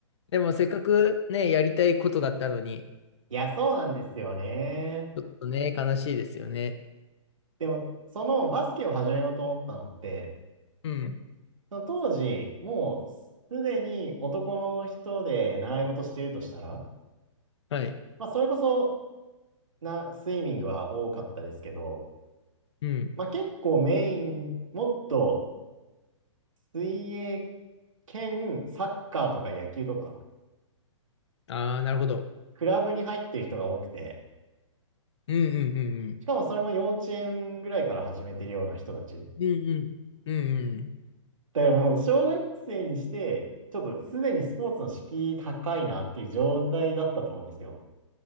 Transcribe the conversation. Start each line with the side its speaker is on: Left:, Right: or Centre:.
Left: でもせっかくね、やりたいことだったのに、
Right: いや、そうなんですよね。
Left: ちょっとね、悲しいですよね。
Right: でも、そのバスケを始めようと思ったのって、
Left: うん。
Right: その当時、もうすでに男の人で習い事してるとしたら、
Left: はい。
Right: まあ、それこそな、スイミングは多かったですけど、
Left: うん。
Right: まあ、結構メイン、もっと水泳兼サッカーとか野球とか、
Left: ああ、なるほど。
Right: クラブに入ってる人が多くて、
Left: うんうんうんうん。
Right: しかもそれも幼稚園ぐらいから始めてるような人たち。
Left: うんうん。うんうん。
Right: だからもう小学生にして、ちょっとすでにスポーツの敷居高いなっていう状態だったと思うんですよ。